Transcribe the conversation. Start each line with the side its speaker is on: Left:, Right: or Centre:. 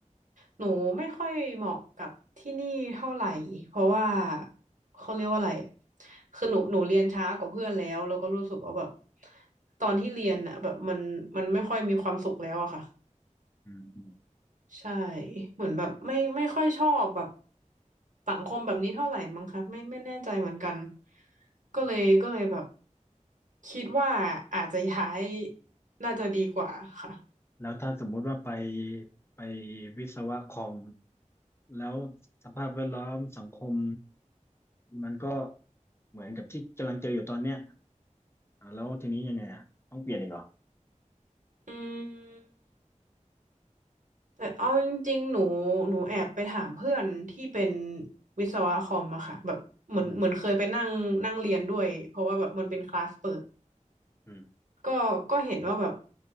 Right: หนูไม่ค่อยเหมาะกับที่นี่เท่าไหร่เพราะว่าเขาเรียกว่าอะไรคือหนูหนูเรียนช้ากว่าเพื่อนแล้วแล้วก็รู้สึกว่าแบบตอนที่เรียนอ่ะแบบมันมันไม่ค่อยมีความสุขแล้วอะค่ะ
Left: อืมอืม
Right: ใช่เหมือนแบบไม่ไม่ค่อยชอบแบบสังคมแบบนี้เท่าไหร่มั้งคะไม่ไม่แน่ใจเหมือนกันก็เลยก็เลยแบบ
Left: อืม
Right: คิดว่าอาจจะย้ายน่าจะดีกว่าค่ะ
Left: แล้วถ้าสมมุติว่าไปไปวิศวะคอมแล้วสภาพแวดล้อมสังคมมันก็เหมือนกับที่กำลังเจออยู่ตอนเนี้ยอ่ะแล้วทีนี้ยังไงอ่ะต้องเปลี่ยนอีกเหรอ
Right: อืมแต่เอาจริงๆหนูหนูแอบไปถามเพื่อนที่เป็นวิศวะคอมอะค่ะแบบเหมือนเหมือนเคยไปนั่งนั่งเรียนด้วยเพราะว่าแบบมันเป็นคลาสเปิด
Left: อืมอืม
Right: ก็ก็เห็นว่าแบบ